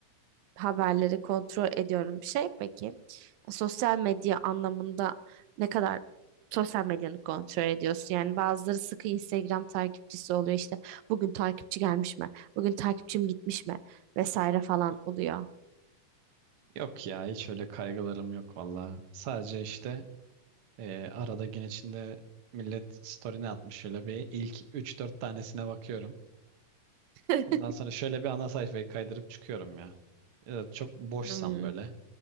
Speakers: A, on the right; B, on the right.
A: Haberleri kontrol ediyorum. Bir şey peki sosyal medya anlamında ne kadar sosyal medyanı kontrol ediyorsun? Yani bazıları sıkı Instagram takipçisi oluyor işte bugün takipçi gelmiş mi? Bugün takipçim gitmiş mi? Vesaire falan oluyor.
B: Yok ya hiç öyle kaygılarım yok valla. Sadece işte e, arada gün içinde millet story ne atmış şöyle bir ilk üç dört tanesine bakıyorum.
A: <laughs>
B: Ondan sonra şöyle bir ana sayfayı kaydırıp çıkıyorum ya. Ya da çok boşsam
A: Hmm,
B: böyle